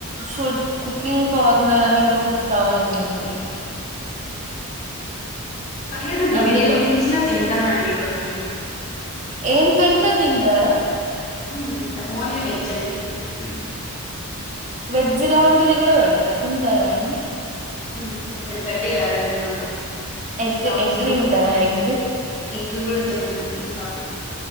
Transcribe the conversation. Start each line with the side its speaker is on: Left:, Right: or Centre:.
Right: ఫుడ్ కుకింగ్ కార్నర్ అని ఇంకొక స్టాల్ ఉందండి
Left: పర్లేదండి
Right: అందులో
Left: మీరేం తెచ్చినా తింటానండి ఈరోజ్ వెయిట్
Right: ఏం పెట్న తింటార
Left: హ్మ్ తింటం వోన్లీ వెజ్ అండి అ <unintelligible>
Right: వెజ్ లాంటిది కూడా పెడతా తింటారా అండి
Left: హ్మ్ తింటలే గడ్డిగాదండి మళ్ళా ఆ
Right: ఎగ్
Left: స్టాల్స్
Right: ఎగ్
Left: లో
Right: తింటారా ఎగ్
Left: ఎగ్ కూడా తినమండి సారీ